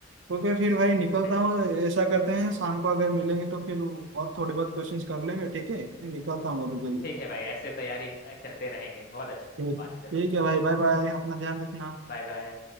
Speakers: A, on the right; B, on the left.
A: ओके फिर भाई निकलता
B: चलिए
A: हूँ ऐसा करते हैं शाम को अगर मिलेंगे तो फिर और थोड़े बहुत क्वेश्चंस कर लेंगे ठीक है मैं निकलता हूँ अभी के लिए
B: ठीक है भाई ऐसे तैयारी करते रहेंगे बहुत अच्छा लगा
A: ठीक
B: बात करके
A: ठीक है भाई बाय बाय अपना ध्यान रखना
B: Bye bye